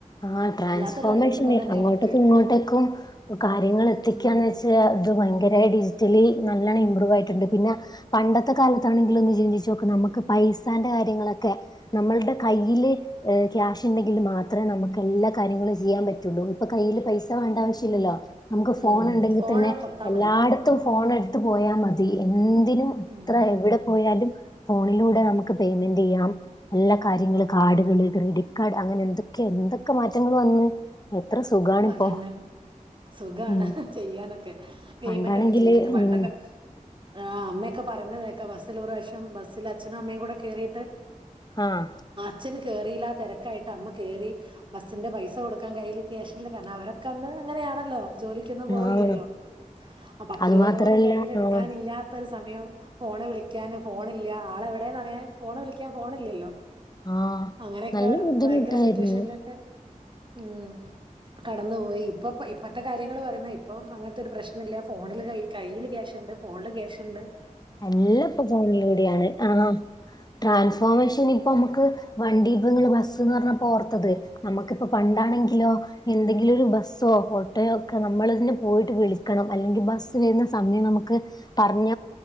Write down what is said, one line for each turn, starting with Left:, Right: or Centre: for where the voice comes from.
Left: ആ ട്രാൻസ്ഫോർമേഷന്
Right: അല്ലാത്തൊരു കണ്ടുപിടുത്തം തന്നെയാണൊക്കെ
Left: അങ്ങോട്ടേക്കും ഇങ്ങോട്ടേക്കും പ്പോ കാര്യങ്ങൾ എത്തിക്കാന്ന്
Right: ഉം
Left: വെച്ചാൽ അത് ഭയങ്കരമായി ഡിജിറ്റലി നല്ലവണം ഇമ്പ്രൂവ് ആയിട്ടുണ്ട് പിന്നെ പണ്ടത്തെ കാലത്താണെങ്കിലൊന്ന് ചിന്തിച്ച നോക്ക് നമുക്ക് പൈസാന്റെ കാര്യങ്ങളൊക്കെ നമ്മളുടെ കയ്യില് എഹ ക്യാഷ് ഉണ്ടെങ്കിൽ മാ- അത്രമേ നമു എല്ലാ കാര്യങ്ങളും ചെയ്യാൻ പറ്റുള്ളൂ ഇപ്പൊ കയ്യിൽ പൈസ വേണ്ട
Right: ഉം
Left: ആവശ്യമില്ലല്ലോ നമുക്ക് ഫോൺ
Right: ഉം
Left: ഉണ്ടെങ്കിൽ
Right: ഫോണിലൊന്ന്
Left: തന്നെ
Right: തൊട്ടാ
Left: എല്ലായിടും
Right: മതി
Left: ഫോൺ എടുത്ത് പോയാൽ മതി എന്തിനും
Right: ഉം
Left: ഇത്ര എവിടെ പോയാലും ഫോണിലൂടെ നമുക്ക് പേയ്മെന്റ് ചെയ്യാം എല്ലാ കാര്യങ്ങള്
Right: ഉം
Left: കാർഡുകള് ക്രെഡിറ്റ് കാർഡ് അങ്ങനെ എന്തൊ എന്തൊക്കെ മാറ്റങ്ങൾ വന്ന് എത്ര സുഖാണിപ്പോ
Right: പ്പൊതന്നെ സുഖാണ്
Left: ഉം
Right: ചെയ്യാനൊക്കെ പേയ്മെന്റക്കെ
Left: പണ്ടാണെങ്കില്
Right: ചെയ്യൻ പണ്ടൊക്കെ
Left: ഉം
Right: ആഹ അമ്മയൊക്കെ പറയുന്നതേക്ക ബസ്സിൽ ഒരു പ്രാവശ്യം ബസ്സില് അച്ഛനും അമ്മയൂടെ കേറീട്ട്
Left: ആഹ
Right: അച്ഛന് കേറീല്ല ആ തിരക്കായിട്ട് അമ്മ കയറി ബസ്സിന്റെ പൈസ കൊടുക്കാൻ കയ്യില് സ്റ്റേഷനിൽ അവരൊക്കെ അന്ന് അങ്ങനെയാണല്ലോ ജോലിക്കൊന്നും പോവലില്ലോ
Left: ആഹ്
Right: അപ്പ പത്ത്
Left: അത്
Right: രൂപ
Left: മാത്രല്ല
Right: പോലും കയ്യില് എടുക്കാനില്ലാത്തരു
Left: ആഹ്
Right: സമയം ഫോണ് വിളിക്കാന് ഫോണില്ല ആളെവിടെന്നറിയാൻ ഫോണ് വിളിക്കാൻ ഫോണില്ലല്ലോ
Left: ആഹ്
Right: അങ്ങനെയൊക്കെ
Left: നല്ല ബുദ്ധിമുട്ടായിരുന്നു
Right: ഭയങ്കര സിറ്റുവേഷനിലൊക്കെ ഉം കടന്നു പോയി ഇപ്പ ഇപ്പത്തെ കാര്യങ്ങൾ പറയുന്ന ഇപ്പം അങ്ങനത്തൊരു പ്രശ്നല്ല ഫോണിൽ കൈ കയ്യില് ക്യാശ്ണ്ട് ഫോണില് ക്യാഷുണ്ട്
Left: എല്ലാപ്പോ ഫോണിലൂടെയാണ് ആഹ ട്രാൻസ്ഫോർമേഷൻ
Right: ഉം
Left: ഇപ്പൊ നമുക്ക് വണ്ടി പ്പങ്ങള് ബസ്ന്ന് പറഞ്ഞാപോ ഓർത്തത് നമുക്കിപ്പോ പണ്ടാണെങ്കിലോ എന്തെങ്കിലൊരു ബസ്സോ ഓട്ടോയോ ഒക്കെ നമ്മളെന്നെ പോയിട്ട് വിളിക്കണം അല്ലെങ്കിൽ ബസ് വരുന്ന സമയം നമുക്ക് പറഞ്ഞ